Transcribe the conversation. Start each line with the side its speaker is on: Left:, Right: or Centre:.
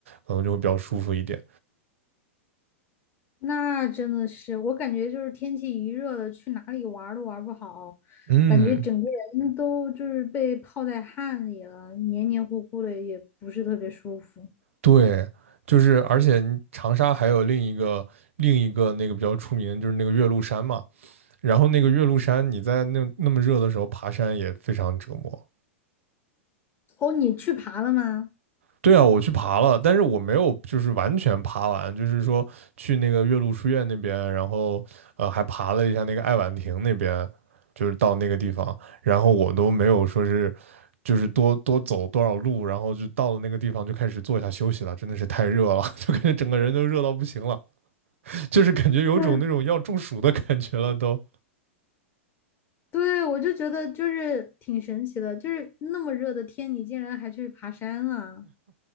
Right: 可能就会比较舒服一点。
Left: 那真的是，我感觉就是天气一热了，去哪里玩儿都玩儿不好，
Right: 嗯，
Left: 感觉整个人都就是被泡在汗里了，黏黏糊糊的，也不是特别舒服。
Right: 对，就是而且你长沙还有另一个另一个那个比较出名的就是那个岳麓山嘛，然后那个岳麓山你在那那么热的时候爬山也非常折磨。
Left: 哦，你去爬了吗？
Right: 对啊，我去爬了，但是我没有就是完全爬完，就是说去那个岳麓书院那边，然后呃还爬了一下那个爱晚亭那边，就是到那个地方，然后我都没有说是就是多多走多少路，然后就到了那个地方就开始坐下休息了，真的是太热了，<laughs> 就感觉整个人都热到不行了。就是感觉有种那种要中暑的感觉了都。
Left: 嗯，对，我就觉得就是挺神奇的，就是那么热的天，你竟然还去爬山了。